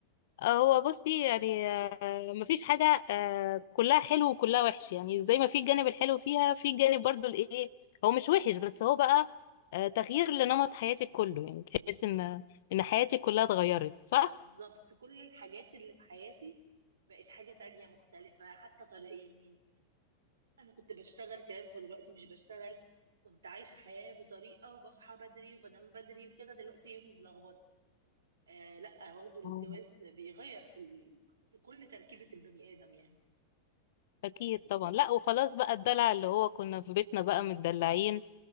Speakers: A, on the left; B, on the right.
A: آه، هو بصي يعني آه، مفيش حاجة آه، كلها حلو وكلها وحش يعني زي ما في الجانب الحلو فيها في الجانب برضو الايه هو مش وحش بس هو بقى آه، تغيير لنمط حياتك كله يعني تحس ان ان حياتك كلها اتغيرت صح؟
B: بالظبط كل الحاجات اللي في حياتي بقت حاجة تانية مختلفة حتى طريقة يعني أنا كنت بشتغل كمان فدلوقتي مش بشتغل كنت عايشة حياة بطريقة وبصحى بدري وبنام بدري وكده دلوقتي يومي ملخبط آه لا برضه الجواز
A: آه.
B: بيغير في ال... في كل تركيبة البني آدم يعني
A: أكيد طبعا لا وخلاص بقى الدلع اللي هو كنا في بيتنا بقى متدلعين